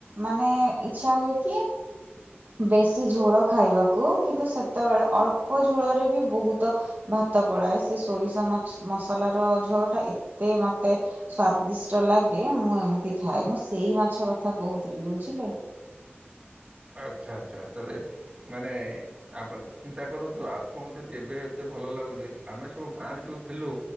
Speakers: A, on the right; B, on the right.
A: ମାନେ ଇଚ୍ଛା ହୁଏ କି ବେଶ ସେ ଝୋଳ ଖାଇବାକୁ କିନ୍ତୁ ସେତେବେଳେ ଅଳ୍ପ ଝୋଳରେ ବି ବହୁତ ଭାତ ପଳାଏ। ସେ ସୋରିଷ ମସଲାର ଝୋଳ ଟା ଏତେ ମତେ ସ୍ଵାଦିଷ୍ଟ ଲାଗେ। ମୁଁ ଏମିତି ଖାଏ। ମୁଁ ସେଇ ମାଛ କଥା କହୁଥିଲି ବୁଝିଲେ।
B: ଆଚ୍ଛା ଆଚ୍ଛା। ତାହେଲେ ମାନେ ଆପଣ ଚିନ୍ତା କରନ୍ତୁ। ଆପଣଙ୍କୁ ଯଦି ଏବେ ଏତେ ଭଲ ଲାଗୁଛି। ଆମେ ସବୁ ଗାଁ ରେ ଯୋଉ ଥିଲୁ।